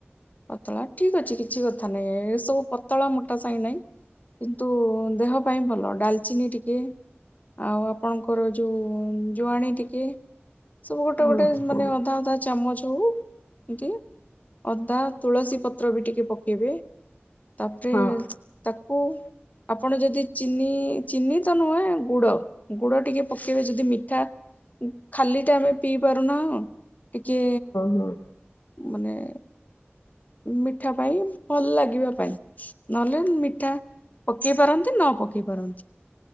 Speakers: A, on the left (about 40°); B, on the left (about 85°).
A: ପତଳା ଠିକ ଅଛି କିଛି କଥା ନାହିଁ ଏ ସବୁ ପତଳା ମୋଟା ସାହି ନାହିଁ। ତୁ ଦେହ ପାଇଁ ଭଲ ଡାଲଚିନି ଟିକେ ଆଉ ଆପଣଙ୍କର ଯୋଉଁ ଜୁଆଣୀ ଟିକେ -- ସବୁ ଗୋଟେ
B: ହଁ
A: ଗୋଟେ
B: ହଁ
A: ମାନେ ଅଧା ଅଧା ଚାମଚ ହଉ ଟିକେ -- ତା ତୁଳସୀ ପତ୍ର ବି ଟିକେ ପକେଇବେ, ତାପରେ
B: ହଁ
A: ତାକୁ -- ଆପଣ ଯଦି ଚିନି ଚିନି ତ ନୁହେଁ ଗୁଡ଼ -- ଗୁଡ ଟିକେ ପକେଇବେ ଯଦି ମିଠା ଖାଲି ଟେ ଆମେ ପିଇ ପାରୁନ ଟିକେ
B: ହଁ
A: ମାନେ ମିଠା ପାଇଁ ଭଲ ଲାଗିବା ପାଇଁ -- ନହେଲେ ମିଠା ପକେଇ ପାରନ୍ତି ନ ପକେଇ ପାରନ୍ତି।